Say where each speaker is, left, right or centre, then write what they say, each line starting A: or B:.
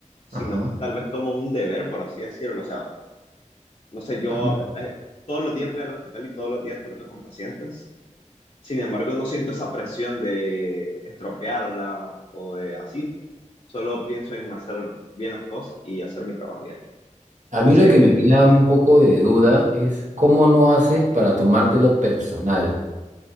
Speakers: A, on the left; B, on the right.
A: sino
B: ajá.
A: que tal vez como un deber, por así decirlo. O sea, no sé, yo
B: Ah, mira.
A: eh, todos los días voy al hospital y todos los días trato con pacientes. Sin embargo, no siento esa presión de estropearla o de así, Solo pienso en hacer bien las cosas y hacer mi trabajo ya.
B: A
A: No
B: mí
A: sé.
B: lo que me queda un poco de duda es cómo no haces para tomártelo personal.